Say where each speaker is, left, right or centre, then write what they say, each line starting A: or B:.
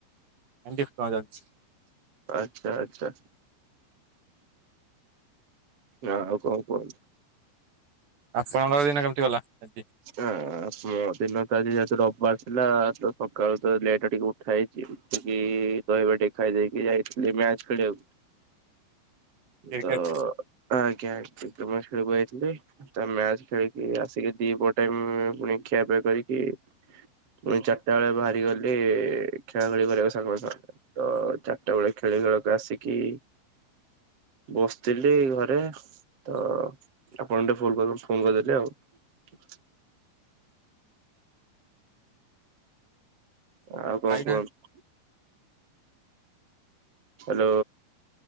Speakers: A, on the right (about 60°); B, on the right (about 30°).
A: ଡିପ୍ଲୋମା ଚାଲିଛି
B: ଆଚ୍ଛା ଆଚ୍ଛା। ହଁ ଆଉ କଣ କୁହନ୍ତୁ।
A: ଆପଣଙ୍କର ଦିନ କେମିତି ଗଲା ଆଜି?
B: ହଁ ମ ଦିନ ତ ଆଜି ଯହେତୁ ରବିବାର ଥିଲା ତ ସକାଳୁ ତ ଲେଟରେ ଟିକେ ଉଠା ହେଇଛି। ଟିକେ ଦହି ଭାତ ଟିକେ ଖାଇଦେଇକି ଯାଇଥିଲି ମ୍ୟାଚ ଖେଳିବାକୁ।
A: କ୍ରିକେଟ
B: ତ ଆ ଆଜ୍ଞା କ୍ରିକେଟ ମ୍ୟାଚ ଖେଳି ବାକୁ ଯଇଥିଲି ତା ମ୍ୟାଚ ଖେଳିକି ଆସିକି ଦି ପଟ ଟାଇମ ପୁଣି ଖିଆପିଆ କରିକି ପୁଣି ଚାରିଟା ବେଳେ ବାହାରି ଗଲି ଖେଳା ଖେଳି କରିବା କୁ ସାଙ୍ଗ ଙ୍କ ସହ ତ ଚାରିଟା ବେଳେ ଖେଳ ଖେଳିବେଳକୁ ଆସିକି ବସିଥିଲି ଘରେ ତ ଆପଣ <unintelligible> ଫୋନ କଲେ ଫୋନ କରିଦେଲି ଆଉ। ଆଉ କଣ
A: ଖାଇନାହାନ୍ତି?
B: କୁହନ୍ତୁ। ହ୍ୟାଲୋ।